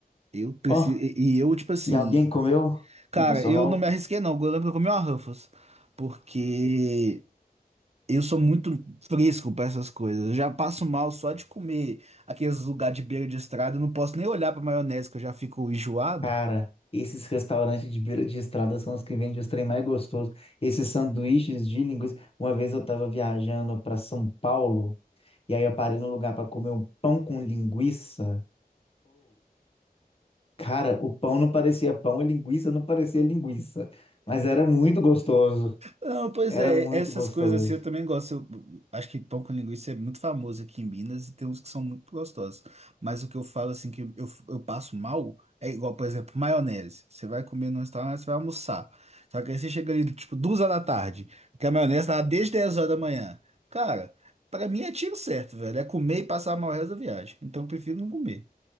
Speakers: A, on the right; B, on the left.
A: Eu preciso...
B: Ó,
A: E e eu, tipo assim,
B: e alguém comeu
A: Cara,
B: e passou
A: eu
B: mal?
A: não me arrisquei não. Eu lembro que eu comi uma Ruffles. Porque eu sou muito fresco pra essas coisas. Eu já passo mal só de comer aqueles lugares de beira de estrada. Eu não posso nem olhar pra maionese, que eu já fico enjoado.
B: Cara, esses restaurantes de beira de estrada são os que vendem os trem mais gostosos. Esses sanduíches de linguiça. Uma vez eu tava viajando para São Paulo e aí eu parei num lugar para comer um pão com linguiça. Cara, o pão não parecia pão, a linguiça não parecia linguiça. Mas era muito gostoso.
A: Não, pois
B: Era
A: é,
B: muito
A: essas
B: gostoso.
A: coisas assim eu também gosto. Eu acho que pão com linguiça é muito famoso aqui em Minas e tem uns que são muito gostosos. Mas o que eu falo assim que eu, eu passo mal é igual, por exemplo, maionese. Você vai comer num restaurante, você vai almoçar. Só que aí você chega ali, tipo, duas horas da tarde, que a maionese tá lá desde 10 horas da manhã. Cara, pra mim é tiro certo, velho. É comer e passar mal o resto da viagem. Então eu prefiro não comer.